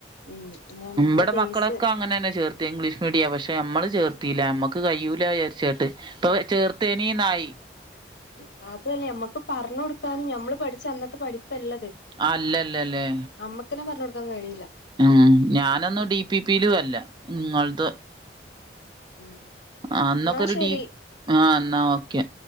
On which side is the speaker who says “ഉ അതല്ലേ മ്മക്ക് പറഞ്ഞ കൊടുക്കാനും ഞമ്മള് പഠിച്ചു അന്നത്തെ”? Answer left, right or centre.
Left